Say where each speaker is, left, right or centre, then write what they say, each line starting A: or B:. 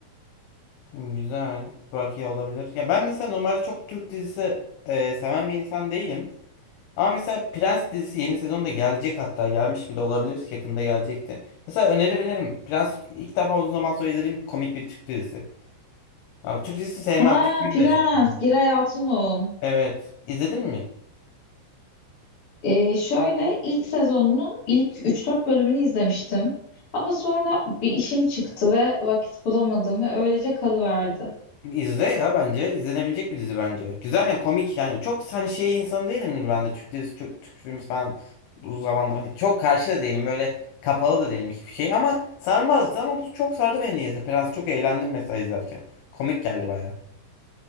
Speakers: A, on the left; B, on the left.
A: Güzel. Belki olabilir. Ya ben mesela normalde çok Türk dizisi e, seven bir insan değilim. Ama mesela Prens dizisi yeni sezonda gelecek hatta gelmiş bile olabilir. Yakında gelecekti. Mesela önerebilirim. Prens ilk defa uzun zaman sonra izlediğim komik bir Türk dizisi. Ama Türk dizisi sevmem.
B: Ha
A: Türk filmi
B: Prens,
A: de çok sevmem.
B: Giray Altun'un.
A: Evet. İzledin mi?
B: Ee, şöyle ilk sezonunun ilk üç dört bölümünü izlemiştim. Ama sonra bir işim çıktı ve vakit bulamadım ve öylece kalıverdi.
A: İzle ya bence. İzlenebilecek bir dizi bence. Güzel yani komik yani. Çok hani şey insanı değilimdir ben de. Türk dizisi çok Türk filmi falan uzun zamandır. hani çok karşı da değilim. Böyle kapalı da değilim hiçbir şey. Ama sarmazdı ama bu çok sardı beni niyeyse. Prens çok eğlendim mesela izlerken. Komik geldi baya.